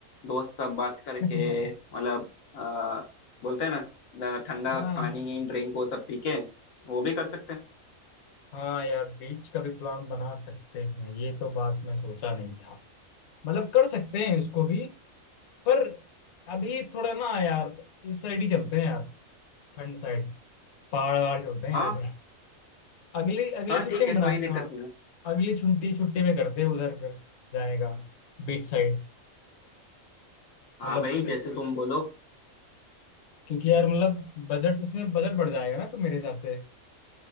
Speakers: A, on the left (about 80°); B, on the left (about 60°).
A: दोस्त सब बात करके
B: <laughs>
A: मतलब अ, बोलते हैं ना अ, ठंडा
B: हाँ
A: पानी ड्रिंक वो सब पी के वो भी कर सकते हैं
B: हाँ यार बीच का भी प्लान बना सकते हैं ये तो बात मैं सोचा नहीं था मतलब कर सकते हैं उसको भी पर अभी थोड़ा ना यार इस साइड ही चलते हैं यार ठंड साइड पहाड़ वहाड़ चलते हैं
A: हाँ
B: यार इधर अगली अगली
A: हाँ
B: छुट्टी
A: ठीक
B: में
A: है
B: बनाते
A: कोई दिक्कत
B: हैं
A: नहीं है
B: अगली छुट्टी छुट्टी में करते हैं उधर फिर जाने का बीच साइड
A: हाँ
B: मतलब
A: भाई
B: कि-
A: जैसे तुम बोलो
B: क्योंकि यार मतलब बजट उसमें बजट बढ़ जाएगा ना तो मेरे हिसाब से